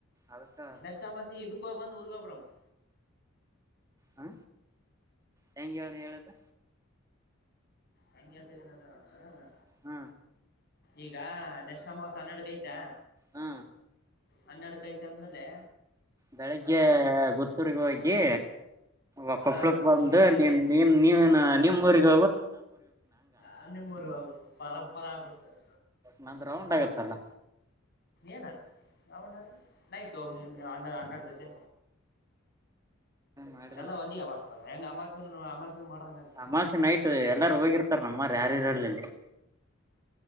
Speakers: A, on the right; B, on the left.
A: ಅದಕ್ಕ
B: ನೆಕ್ಸ್ಟ್ ಅಮಾಸಿ ಇದು ಕೊ ಬಂದು ಉರ್ವೋಬರಮು.
A: ಹಾ ಹೆಂಗ ಹೇಳ ನೀ ಹೇಳದು.
B: ಹಂಗೆ ಹಳ್ತದಿನಂದ್ರ ನಾನು.
A: ಹ
B: ಈಗ ನೆಷ್ಟ್ ಅಮಾವಸಿ ಅನ್ನಡಗೆ ಅಯ್ತಾ.
A: ಹ
B: ಹನ್ನಡುಕೈತ ಅಂದ್ಮೇಲೆ
A: ಬೆಳಿಗ್ಗೆ ಗುತ್ತೂರ್ರಿಗೆ ಹೋಗಿ ಒ ಕೂಪ್ಳಕ್
B: ಹಾ ಗುತ್ತೂರ್ಗೆ
A: ಬಂದ
B: ಹೋಗಿ
A: ನಿ ನೀನ್ ನೀನೆನ ನಿಮ್ ಊರಿಗ್
B: ಹನ್ನಿ ಮೂರು ಆ ಪರ ಪರ ಆಗ್ಬಡ್ತದೆ.
A: ನಂದ್ ರೌಂಡ್ ಆಗತ್ತಲ್ಲ.
B: ಏನಾಗುತ್ತೆ ನ ನೈಟ್ ಹೋಗು ನೀ ಅಣ್ಣ ಅಣರ್ ಜೊತೆ.
A: ಮಾಡಿದ್ರ
B: ಎಲ್ಲ ವಂದಿಯ ಮಾಡತ ಹೆಂಗ ಅಮಾಸೆ ಅಮಾಸೆ ಮಾಡ್ದಂಗ್ ಆಗುತ್ತ.
A: ಅಮಾವಾಸ್ಯೆ ನೈಟ್ ಎಲ್ಲಾರು ಹೋಗಿರ್ತಾರೆ ನಮ್ರ್ ಯಾರು ಇರಲ್ಲ ಅಲ್ಲಿ.